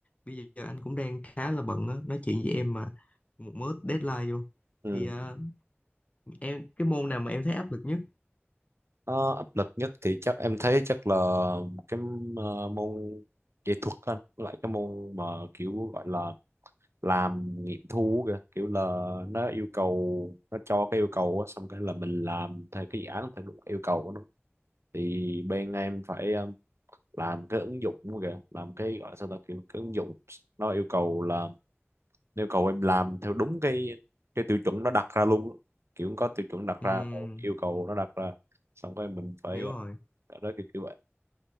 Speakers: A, on the left (about 30°); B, on the right (about 85°).
A: bây giờ anh cũng đang khá là bận á nói chuyện với em mà một mớ deadline luôn
B: Ừ.
A: thì ờ, em cái môn nào mà em thấy áp lực nhất
B: Ờ, áp lực nhất thì chắc em thấy chắc là cái ờ, môn nghệ thuật anh với lại cái môn mà kiểu gọi là làm nghiệm thu kìa kiểu là nó yêu cầu nó cho cái yêu cầu á xong cái là mình làm theo cái dự án theo đúng yêu cầu của nó thì bên em phải ờ, làm cái ứng dụng kìa làm cái gọi là sao ta kiểu cái ứng dụng nó yêu cầu là nó yêu cầu em làm theo đúng cái cái tiêu chuẩn nó đặt ra luôn kiểu có tiêu chuẩn đặt
A: Ừm,
B: ra yêu cầu nó đặt ra xong rồi mình phải
A: hiểu rồi
B: đó kiểu, kiểu vậy.